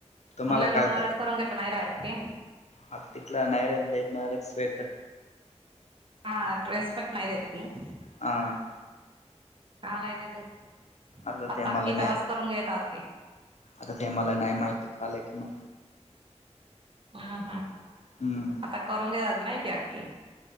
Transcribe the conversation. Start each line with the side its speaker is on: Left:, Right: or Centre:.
Left: तुम्हाला
Right: मले
Left: काय
Right: लव माराज
Left: तर
Right: करून घेट नाही रा आहेत की?
Left: आता तिकला नाहीरत देतणार स्वेटर.
Right: हा रड्रेस नावेदन
Left: आ.
Right: का नाही तेेत आताताकी
Left: आता ते मला नाही
Right: तहस करून घेतात की.
Left: आता ते मला नाही माहित कालंय किंवा.
Right: हा हा,
Left: हम्म
Right: आता करून घे की नाही कि अखकी?